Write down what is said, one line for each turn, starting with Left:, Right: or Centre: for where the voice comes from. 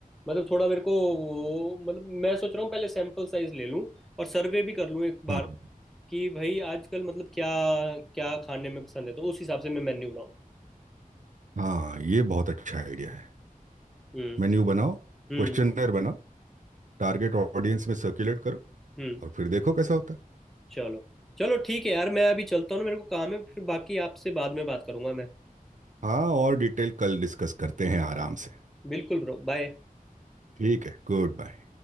Centre: मतलब थोड़ा मेरे को वो मतलब मैं सोच रहा हूँ पहले सैंपल साइज ले लूँ और सर्वे भी कर लूँ एक बार
Right: हाँ
Centre: कि भाई आजकल मतलब क्या क्या खाने में पसंद है तो उस हिसाब से मैं मेन्यू बनाऊँ
Right: हाँ ये बहुत अच्छा आइडिया है
Centre: हम्म
Right: मेन्यू बनाओ
Centre: हम्म
Right: क्वेश्चनर बनाओ टारगेट ऑडियंस में सर्कुलेट करो
Centre: हम्म
Right: और फिर देखो कैसा होता है
Centre: चलो चलो ठीक है यार मैं अभी चलता हूँ ना मेरे को काम है फिर बाकी आपसे बाद में बात करूंगा मैं
Right: हाँ और डिटेल कल डिस्कस करते हैं आराम से
Centre: बिल्कुल ब्रो बाय
Right: ठीक है गुड बाय